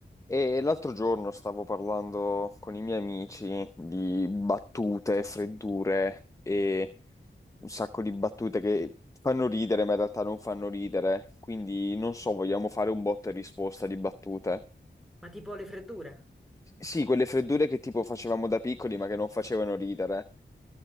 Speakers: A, on the left; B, in the centre.
A: E l'altro giorno stavo parlando con i miei amici di battute, freddure e un sacco di battute che fanno ridere, ma in realtà non fanno ridere. Quindi non so, vogliamo fare un botta e risposta di battute.
B: Ma tipo le freddure?
A: Sì, quelle freddure che tipo facevamo da piccoli, ma che non facevano ridere.